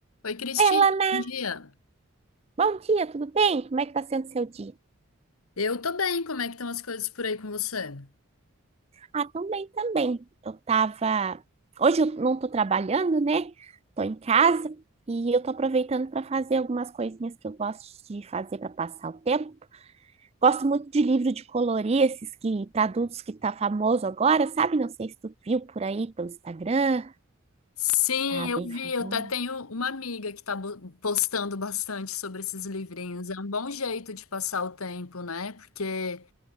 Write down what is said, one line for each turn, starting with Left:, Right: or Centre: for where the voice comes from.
Left: Oi, Cristina,
Right: Oi, Alana,
Left: bom dia.
Right: bom dia, tudo bem? Como é que tá sendo seu dia?
Left: Eu tô bem, como é que estão as coisas por aí com você?
Right: Ah, também, também. Eu tava. Hoje eu não tô trabalhando, né? Tô em casa e eu tô aproveitando para fazer algumas coisinhas que eu gosto de fazer para passar o tempo. Gosto muito de livro de colorir, esses que para adultos que tá famoso agora, sabe? Não sei se tu viu por aí pelo Instagram,
Left: Sim,
Right: tá bem
Left: eu vi.
Right: famoso.
Left: Eu até tenho uma amiga que tá bo- postando bastante sobre esses livrinhos. É um bom jeito de passar o tempo, né? Porque